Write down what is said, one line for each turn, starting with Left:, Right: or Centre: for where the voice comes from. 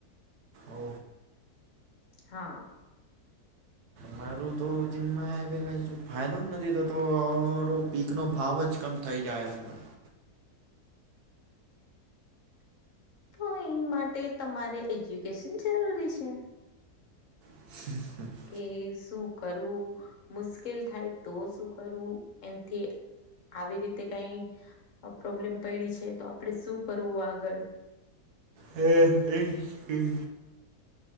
Right: ઓ
Left: હા
Right: મારુ તો <unintelligible> એ ક ફાયદો જ નથી થતો <unintelligible> પીક નો ભાવ જ કમ ઉ થઈ જ જાાયવા <unintelligible>
Left: તો એ માટે તમારે એજ્યુકેશન જરૂરી છે.
Right: હ, હ.
Left: કે શું કરવું? મુશ્કેલ થાય તો, શું કરવું? એથી. આવી રીતે કઈ પ્રોબ્લેમ પડી છે, તો આપડે શું કરવું આગળ?
Right: હ, એ